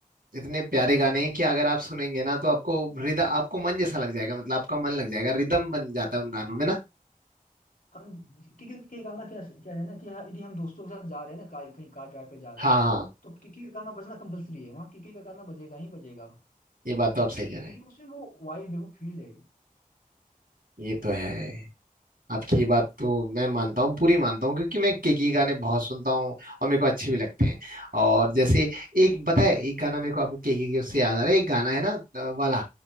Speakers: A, on the right; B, on the left.
A: इतने प्यारे गाने हैं कि अगर आप सुनेंगे ना तो आपको हृदय आपको मन जैसा लग जाएगा मतलब आपका मन लग जाएगा रिदम बन जाता है उन गानों
B: हैं
A: में ना
B: हाँ, क्योंकि क्योंकि कहना क्या क्या है ना कि हाँ, यदि हम दोस्तों के साथ जा रहे हैं ना कार, कहीं कार ड्राइव पे जा रहे
A: हाँ
B: हैं
A: हाँ
B: तो किकी का गाना बजना कंपलसरी है वहाँ किकी का गाना बजेगा ही बजेगा
A: ये बात तो आप सही कह रहे
B: क्योंकि
A: हैं
B: उसमें वो वाइब है वो फील है
A: ये तो है आपकी ये बात तो मैं मानता हूँ पूरी मानता हूँ क्योंकि मैं के के गाने बहुत सुनता हूँ और मेरे को अच्छे भी लगते हैं और जैसे एक पता है एक गाना मेरे को आपको के के उससे याद आ रहा है एक गाना है ना अ, वाला